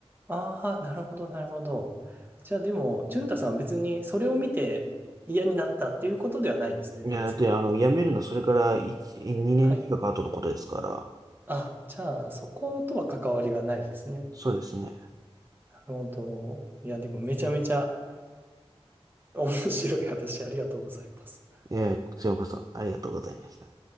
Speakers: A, on the right (about 20°); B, on the right (about 35°).
A: ああ、なるほど、なるほど。じゃあでも、淳太さんは別にそれを見て嫌になったっていうことではないんですね、
B: いや、
A: 全然。
B: だってあの、辞めるのはそれから1、2年近く後のことですから、
A: はい。あ、じゃあ、そことは関わりがないですね。
B: そうですね。
A: なるほど。いや、でもめちゃめちゃ面白い話ありがとうございます。
B: ええ、こちらこそありがとうございました。